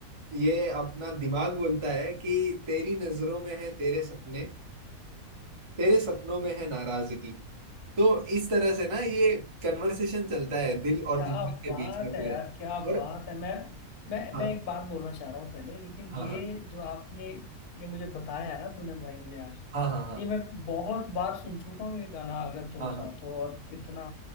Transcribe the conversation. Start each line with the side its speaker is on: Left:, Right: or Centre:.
Right: ये अपना दिमाग बोलता है कि तेरी नजरों में है तेरे सपने तेरे सपनों में है नाराजगी तो इस तरह से ना ये कन्वर्सेशन चलता है दिल और
Left: क्या
Right: दिमाग के
Left: बात
Right: बीच में पूरा
Left: है यार क्या
Right: और
Left: बात है मैं मैं
Right: हाँ
Left: मैं एक बात बोलना चाह रहा हूँ पहले लेकिन
Right: हाँ
Left: ये
Right: हाँ
Left: जो आपने ये मुझे बताया ना तूने भाई मुझे आज
Right: हाँ हाँ हाँ
Left: ये मैं बहुत बार सुन चुका हूँ ये गाना अगर तुम
Right: हाँ
Left: साथ
Right: हाँ
Left: हो और कितना